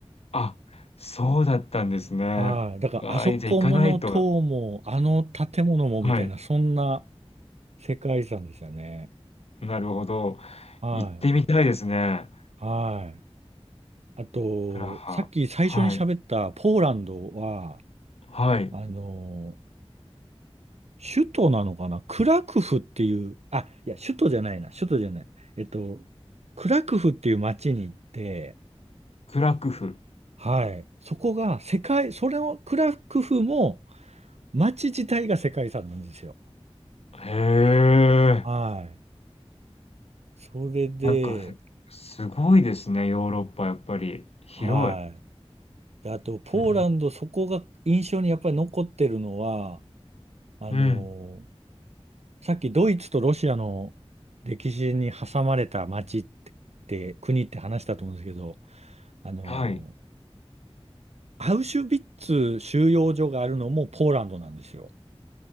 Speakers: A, on the left; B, on the right.
A: あ、そうだったんですね。
B: はい。だから、
A: わあ、
B: あそこもの塔も、
A: じゃあ行かないと。
B: あの建物もみたいな、
A: はい、
B: そんな世界遺産でしたね。
A: なるほど。
B: はい。
A: 行ってみたいですね。
B: はい。あと、
A: プラハ。
B: さっき最初に喋ったポーランドは、
A: はい、はい。
B: あの、首都なのかなクラクフっていう、あ、いや、首都じゃないな、首都じゃない。えっと、クラクフっていう街に行って、
A: クラクフ。
B: はい。そこが世界、それをクラクフも街自体が世界遺産なんですよ。
A: へえ。
B: はい。それで、
A: なんか、すすごいですね、ヨーロッパやっぱり。広い。
B: はい。であと、ポーランド、
A: うん。
B: そこが印象にやっぱり残ってるのは、あのー
A: うん。
B: さっきドイツとロシアの歴史に挟まれた街って、国って話したと思うんですけど、あのー
A: はい。
B: アウシュビッツ収容所があるのもポーランドなんですよ。